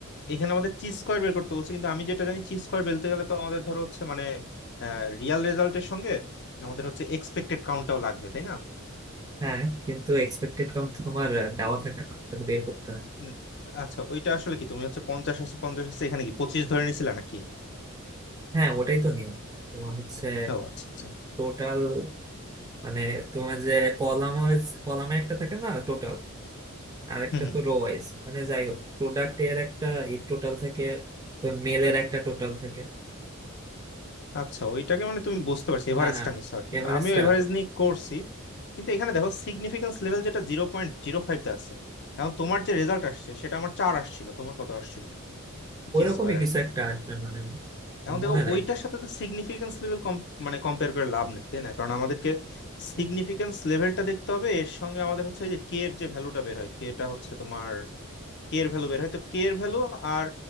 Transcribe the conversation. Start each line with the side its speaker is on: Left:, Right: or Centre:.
Left: এখানে আমাদের চি স্কোয়ার বের করতে বলছে কিন্তু আমি যেটা জানি চি স্কোয়ার বেলতে গেলে তো আমাদের ধরো হচ্ছে মানে রিয়াল রেজাল্টের সঙ্গে আমাদের হচ্ছে এক্সপেক্টেড কাউন্টটাও লাগবে তাই না
Right: হ্যাঁ কিন্তু এক্সপেক্টেড কাউন্ট তোমার আহ, দেওয়া থাকে না এটা তো বের করতে হয়
Left: হুম, আচ্ছা ওইটা আসলে কি তুমি হচ্ছে পঞ্চাশ আছে পঞ্চাশ আছে এখানে কি পঁচিশ ধরে নিছিলা নাকি
Right: হ্যাঁ ওটাই তো নিয়ম তোমার হচ্ছে
Left: ও আচ্ছা আচ্ছা
Right: টোটাল মানে তোমার যে কলাম ওয়াইজ কলামে একটা থাকে না টোটাল আর একটা
Left: হুম হুম
Right: তো রো ওয়াইজ মানে যাই হোক প্রোডাক্ট এর একটা এই টোটাল থাকে মেলের একটা টোটাল থাকে
Left: আচ্ছা ওইটাকে মানে তুমি বুঝতে পারছি এভারেজটা
Right: হ্যাঁ হ্যাঁ
Left: নিছো আর কি
Right: এভারেজটা
Left: আমিও এভারেজ নিয়ে করছি কিন্তু এখানে দেখো সিগনিফিকেন্স লেভেল যেটা জিরো পয়েন্ট জিরো ফাইভ দা আছে এখন তোমার যে রেজাল্ট আসছে সেটা আমার চার আসছিল তোমার কত আসছিল
Right: ওইরকমই
Left: জি স্কোয়ার আর
Right: কিছু
Left: কি
Right: একটা আসবে মানে
Left: এখন দেখো
Right: মনে নাই
Left: ওইটার সাথে তো সিগনিফিকেন্স লেভেল মানে কম্পেয়ার করে লাভ নেই তাই না কারণ আমাদেরকে সিগনিফিকেন্স লেভেলটা দেখতে হবে এর সঙ্গে আমাদের হচ্ছে ওই যে কে এর যে ভ্যালুটা বের হয় কে এটা হচ্ছে তোমার কে এর ভ্যালু বের হয় তো কে এর ভ্যালু আর